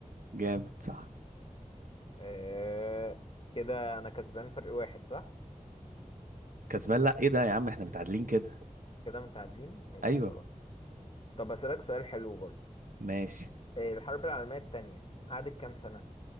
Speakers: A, on the right; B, on the left.
A: جامد صح
B: آه كده انا كسبان فرق واحد صح
A: كسبان لا ايه ده يا عم احنا متعادلين كده
B: كده متعادلين ماشي
A: ايوه
B: خلاص طب اسألك سؤال حلو برضه
A: ماشي
B: آه الحرب العالمية التانية قعدت كام سنة